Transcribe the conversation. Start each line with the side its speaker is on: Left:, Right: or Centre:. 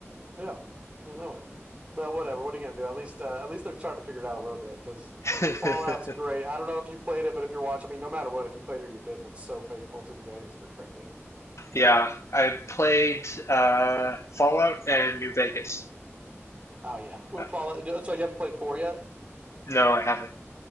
Right: Yeah, I know it. But whatever. What are you gonna do? At least uh, at least they're starting to figure it out a little bit because
Left: <laughs>
Right: Fallout's great. I don't know if you played it, but if you're watching, I mean, no matter what, if you played it or you didn't, it's so faithful to the game. It's pretty crazy.
Left: Yeah, I played uh, Fallout and New Vegas.
Right: Oh yeah, Well,
Left: Uh,
Right: Fallout. So you haven't played four yet?
Left: No, I haven't.